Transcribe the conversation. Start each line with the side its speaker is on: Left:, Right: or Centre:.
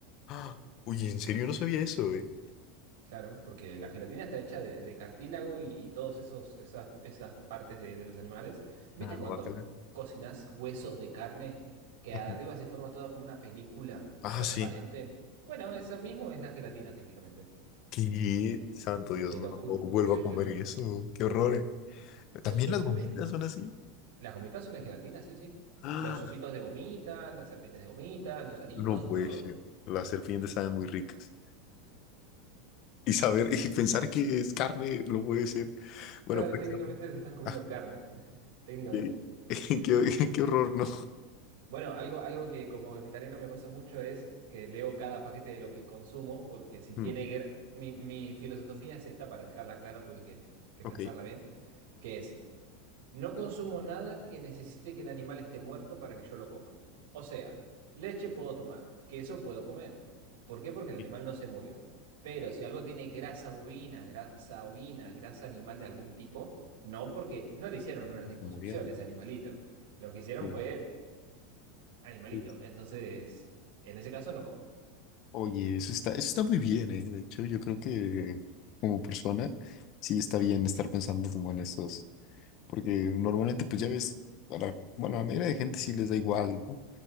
Left: Ah, uy, en serio no sabía eso, eh.
Right: claro, porque la gelatina está hecha de, de cartílago y, y todos esos, esas, esas partes de, de los animales. ¿Viste
Left: Ah,
Right: cuando
Left: bacala.
Right: cocinas huesos de carne que
Left: <laughs>
Right: arriba se forma toda como una película
Left: Ah,
Right: transparente?
Left: sí.
Right: Bueno, eso mismo es la gelatina técnicamente,
Left: Qué santo Dios,
Right: te
Left: no,
Right: lo
Left: no
Right: juro.
Left: vuelvo
Right: Sí,
Left: a comer
Right: sí, sí,
Left: eso. Qué horror. eh. También
Right: sí, pero
Left: las
Right: es
Left: gomitas
Right: lo mismo.
Left: son así.
Right: Las gomitas son de gelatina, sí, sí.
Left: Ah,
Right: Los ositos de gomita, las serpientes de gomita, los aritos,
Left: no puede
Right: todo.
Left: ser. Las serpientes saben muy ricas. Y saber y pensar que es carne no puede ser. Bueno,
Right: Claro,
Left: prácticamente.
Right: técnicamente te estás comiendo
Left: Ah,
Right: carne, <laughs> técnicamente.
Left: qué, <laughs> qué- qué horror, ¿no?
Right: Bueno, algo, algo que como vegetariano me pasa mucho es que leo cada paquete de lo que consumo, porque si tiene...
Left: Mm,
Right: gra- Mi, mi filosofía es esta, para dejarla clara, tuve que, que
Left: Ok.
Right: pensarla bien, que es, No consumo nada que necesite que el animal esté muerto para que yo lo coma. O sea, leche puedo tomar, queso puedo comer. ¿Por qué? Porque el animal
Left: Eh,
Right: no se murió. Pero si algo tiene grasa bovina, grasa ovina, grasa animal de algún tipo, no, porque no le hicieron una liposucción
Left: Rumoreado.
Right: a ese animalito. Lo que hicieron
Left: Sí,
Right: fue animalito.
Left: sí, sí.
Right: Entonces, en ese caso no como.
Left: Oye, eso está, eso está muy bien, ¿eh? De hecho, yo creo que como persona sí está bien estar pensando como en esos. Porque normalmente, pues ya ves, a la, bueno, a la mayoría de gente sí les da igual, ¿no?